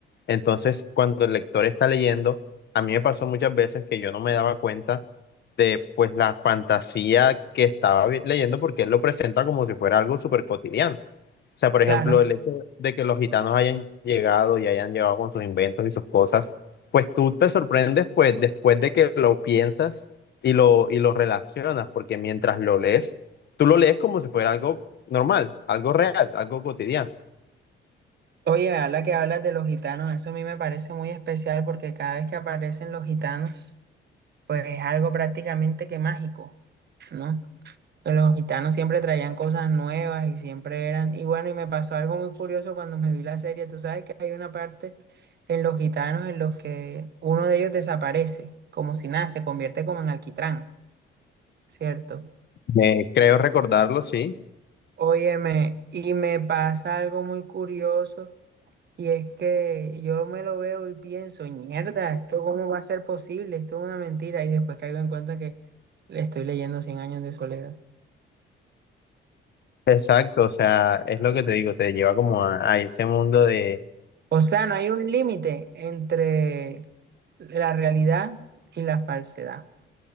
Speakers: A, on the left; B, on the right.
A: Entonces, cuando el lector está leyendo, a mí me pasó muchas veces que yo no me daba cuenta de pues la fantasía que estaba vi- leyendo porque él lo presenta como si fuera algo súper cotidiano. O sea, por ejemplo,
B: claro.
A: el hecho de que los gitanos hayan llegado y hayan llegado con sus inventos y sus cosas, pues tú te sorprendes pues después de que lo piensas y lo, y lo relacionas, porque mientras lo lees, tú lo lees como si fuera algo normal, algo real, algo cotidiano.
B: Oye, a la que hablas de los gitanos, eso a mí me parece muy especial porque cada vez que aparecen los gitanos, pues es algo prácticamente que mágico, ¿no? Los gitanos siempre traían cosas nuevas y siempre eran, y bueno, y me pasó algo muy curioso cuando me vi la serie, tú sabes que hay una parte en los gitanos en los que uno de ellos desaparece, como si nada, se convierte como en alquitrán, ¿cierto?
A: Eh, creo recordarlo, sí.
B: Óyeme, y me pasa algo muy curioso, y es que yo me lo veo y pienso, mierda, ¿esto cómo va a ser posible? Esto es una mentira, y después caigo en cuenta que le estoy leyendo Cien años de soledad.
A: Exacto, o sea, es lo que te digo, te lleva como a, a ese mundo de,
B: O sea, no hay un límite entre la realidad y la falsedad.